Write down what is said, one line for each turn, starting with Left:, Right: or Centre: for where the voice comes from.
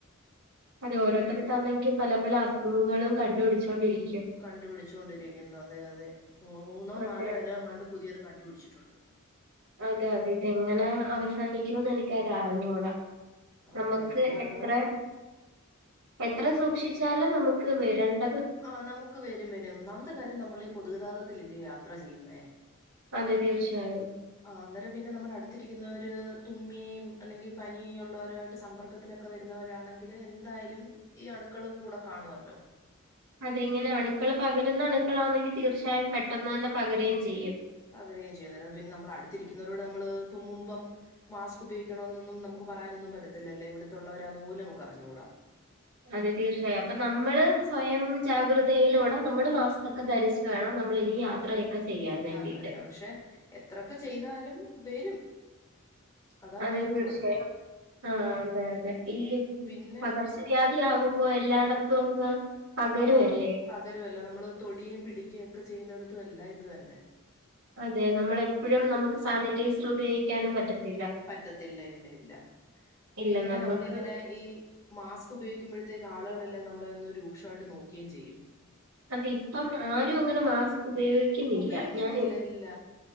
Right: അത് ഓരോത്തര്ട്ത്താണെങ്കി പല പല അസുഖങ്ങളും കണ്ടുപിടിച്ചോണ്ടിരി
Left: കണ്ടു പിടിചോണ്ടിരിയ്ക്കുന്നു അതെ അതെ മൂന്നോ
Right: അതെ
Left: നാലോ ഇനോ അങ്ങാണ്ട് പുതിയത് കണ്ടുപിടിച്ചിട്ടുണ്ട്
Right: അതെ അതെ ഇതെങ്ങനെ അവസാനിക്കും എനിക്ക് അത് അറിഞ്ഞൂടാ
Left: അതാ
Right: നമുക്ക്
Left: എല്ലായിടവും
Right: എത്ര എത്ര സൂക്ഷിച്ചാലും നമുക്ക് വെരണ്ട
Left: ആഹ് നമുക്ക് വരും വരും ഒന്നാമത്തെ കാര്യം നമ്മൾ പൊതുഗതാഗത്തിലല്ലയോ യാത്ര ചെയ്യുന്നേ
Right: അതെ തീർച്ചയായും
Left: ആഹ് അന്നേരം പിന്നെ നമ്മുടെ അടുത്തിരിക്കുന്നവര് തുമ്മീം അല്ലെങ്കി പനീയൊള്ളോവരുവായിട്ട് സമ്പർ ക്കത്തിലൊക്കെ വരുന്നവരാണെങ്കില് എന്തായാലും ഈ അണുക്കൾ കൂടെ കാണുവല്ലോ
Right: അതെ ഇങ്ങനെ അണുക്കൾ പകരുന്ന അണുക്കളാണെങ്കിൽ തീർച്ചയായും പെട്ടെന്ന് തന്നെ പകരേം ചെയ്യും
Left: പകരേം ചെയ്യും അന്നേരം പിന്നെ നമ്മള് അടുത്തിരിക്കുന്നവരോട് നമ്മള് തുമ്മുമ്പം മാസ്ക് ഉപയോഗിക്കണം എന്നൊന്നും നമുക്ക് പറയാനൊന്നും പറ്റത്തില്ലേ എവിടുത്തുള്ളവരാന്ന് പോലും നമുക്ക് അഞ്ഞുകൂടാ
Right: അതെ തീർച്ചയായും അപ്പൊ നമ്മള് സ്വയം ജാഗ്രതയിലൂടെ നമ്മള് മാസ്ക്ക് ഒക്കെ ധരിച്ച് വേണം നമ്മൾ ഇനി യാ യാത്രയൊക്കെ ചെയ്യാൻ വേണ്ടീട്ട്.
Left: യാത്രയ്യാൻ പക്ഷെ എത്രൊക്കെ ചെയ്താലും വരും അതാ
Right: അതെ
Left: വേറൊരു
Right: തീർച്ചയായും
Left: കുഴപ്പം
Right: ആഹ് അതെ അതെ ഈ
Left: പിന്നെ
Right: പകർച്ച വ്യാദി ആകുമ്പോ എല്ലായിടത്തും അങ്ങ് പകരുവല്ലേ.
Left: ആഹ് പകരുവല്ലൊ നമ്മള് തൊടിയെം പിടിക്ക്യം ഒക്കെ ചെയ്യുന്നിടത്തും എല്ലാം ഇത് തന്നെ
Right: അതെ നമ്മളെപ്പെഴും നമുക്ക് സാനിറ്റൈസർ ഉപയോഗിക്കാനും പറ്റത്തില്ല
Left: പറ്റത്തില്ല ഇല്ല ഇല്ല
Right: ഇല്ല
Left: പിന്നെ
Right: നമ്മക്ക്
Left: നമ്മളിങ്ങനെ ഈ മാസ്ക് ഉപയോഗിക്കുമ്പോഴത്തേക്ക് ആളുകളെല്ലാം നമ്മളെ ഒന്ന് രൂക്ഷവായിട്ട് നോക്യേം ചെയ്യും
Right: അത് ഇപ്പം ആരും അങ്ങനെ മാസ്ക് ഉപയോഗിക്കുന്നില്ല
Left: ഉപയോഗിക്കുന്നില്ല
Right: ഞാന്
Left: ഇല്ല